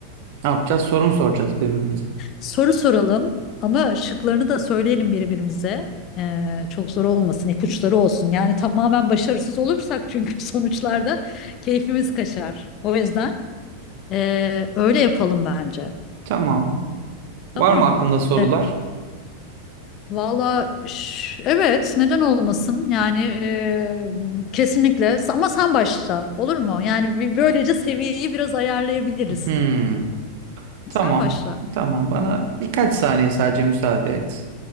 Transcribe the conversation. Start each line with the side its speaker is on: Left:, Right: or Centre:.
Right: Ne yapacağız? Soru mu soracağız birbirimize?
Left: Soru soralım ama şıklarını da söyleyelim birbirimize. Eee, çok zor olmasın, ipuçları olsun. Yani tamamen başarısız olursak çünkü <laughs> sonuçlarda keyfimiz kaçar. O yüzden eee, öyle yapalım bence.
Right: Tamam.
Left: Tamam.
Right: Var mı aklında sorular?
Left: E, Valla ş- evet neden olmasın yani eee, kesinlikle ama sen başla olur mu? Yani bir- böylece seviyeyi biraz ayarlayabiliriz.
Right: Hmm. Tamam.
Left: Sen başla.
Right: Tamam. Bana birkaç saniye sadece müsaade et.